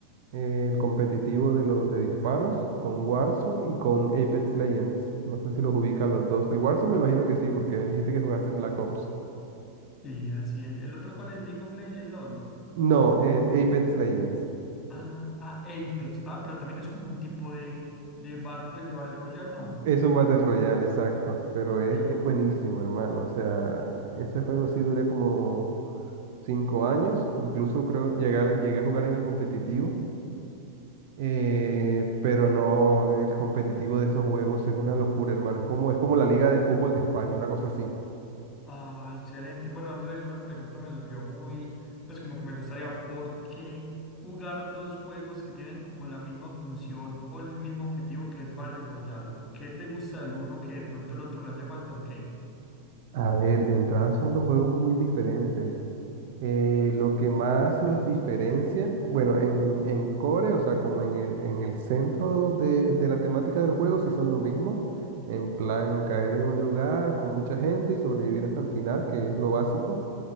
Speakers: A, on the right; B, on the left.
A: el competitivo de los de disparos con Warzone y con Apex Legends. No sé si los ubica los dos. El Warzone me imagino que sí, porque me dijiste que jugaste el Black Ops.
B: Sí, así es. ¿El otro cuál es? League of Legends, LOL.
A: No, el Apex Legends.
B: Ah, ah, Apex. Ah, pero también es como un tipo de, de bar, pues de Battle Royale, ¿no?
A: Es un Battle Royale, exacto, pero es,
B: Ah,
A: es buenísimo, hermano. O sea, en ese juego sí duré como cinco años, incluso creo llegué, a- llegué a jugar en el competitivo, eh, pero no, el competitivo de esos juegos es una locura, hermano. Es como, es como la Liga de Fútbol de España, una cosa así.
B: ah, excelente. Bueno, Andrés, y una pregunta me surgió muy, pues como que me gustaría, ¿por qué jugar dos juegos que tienen como la misma función o el mismo objetivo que es Battle Royale? ¿O qué te gusta del uno que de pronto el otro le hace falta o qué?
A: A ver, de entrada son dos juegos muy diferentes. Eh, lo que más los diferencia, bueno, en, en core, o sea, como en el, en el centro de, de la temática del juego, sí son lo mismo.
B: Sí.
A: En plan, caer en un lugar con mucha gente y sobrevivir hasta el final, que es lo básico.